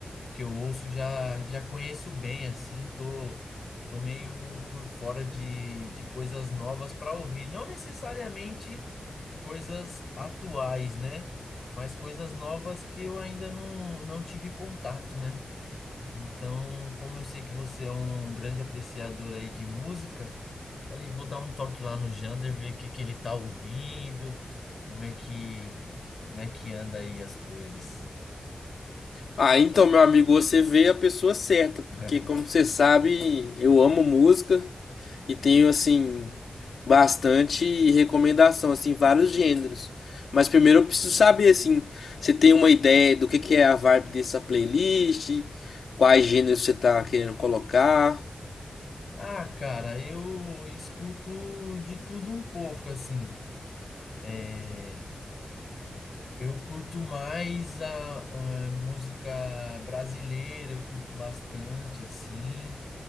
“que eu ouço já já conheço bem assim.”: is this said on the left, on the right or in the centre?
Left